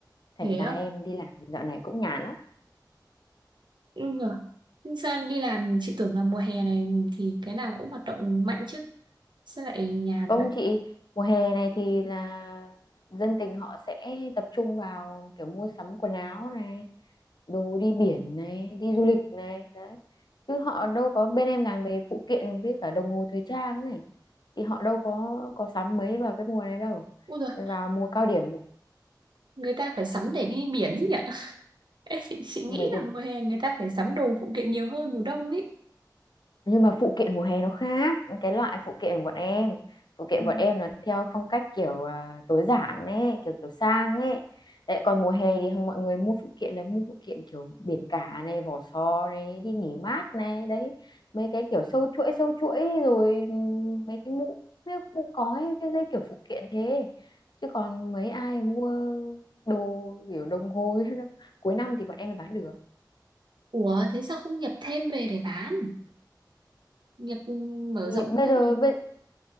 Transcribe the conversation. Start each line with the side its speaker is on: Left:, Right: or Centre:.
Left: thành
Right: Thế
Left: ra
Right: á?
Left: em đi làm dạo này cũng nhàn lắm
Right: Ừ. Nhưng sao đi làm chị tưởng là mùa hè này thì cái nào cũng hoạt động mạnh chứ. Sao lại nhàn
Left: Không
Right: vậy?
Left: chị, mùa hè này thì là dân tình họ sẽ tập trung vào kiểu mua sắm quần áo này, đồ đi biển này, đi du lịch này, đấy. Chứ họ đâu có bên em làm về phụ kiện với cả đồng hồ thời trang này thì họ đâu có có sắm mấy vào cái mùa này đâu.
Right: Ui giời,
Left: Vào mùa cao điểm
Right: người ta phải sắm để đi biển chứ nhỉ <laughs> Ê, chị, chị nghĩ
Left: mấy
Right: là
Left: cái
Right: mùa hè người ta phải sắm đồ phụ kiện nhiều hơn mùa đông ấy
Left: nhưng mà phụ kiện mùa hè nó khác cái loại phụ kiện của bọn em phụ kiện
Right: Ừ.
Left: bọn em nó theo phong cách kiểu à, tối giản ấy kiểu kiểu sang ấy Đấy, còn mùa hè thì mọi người mua phụ kiện là mua phụ kiện kiểu biển cả này vỏ sò này đi nghỉ mát này đấy mấy cái kiểu sâu chuỗi sâu chuỗi rồi ừm, mấy cái mũ mấy cái mũ cói cái dây kiểu phụ kiện thế chứ còn mấy ai mua đồ kiểu đồng hồ <laughs> cuối năm thì bọn em mới bán được
Right: ủa thế sao không nhập thêm về để bán nhập ừ, mở
Left: thì
Right: rộng
Left: bây
Right: các
Left: giờ
Right: ngành
Left: bây